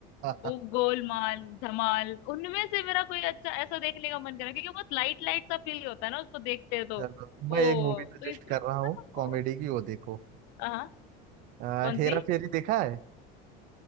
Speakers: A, on the right (about 45°); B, on the left (about 60°).
A: है?
B: वो
A: <laughs>
B: गोलमाल धमाल उनमें से मेरा कोई अच्छा ऐसा देखने का मन करा क्योंकि बहुत लाइट लाइट सा फील होता है ना उसको देखते हैं तो
A: चलो
B: वो
A: मैं एक मूवी सजेस्ट
B: तो इसके
A: कर
B: लिए
A: रहा हूँ
B: ना वो
A: कॉमेडी की वो देखो
B: हाँ
A: आ,
B: कौन
A: हेरा
B: सी
A: फेरी देखा है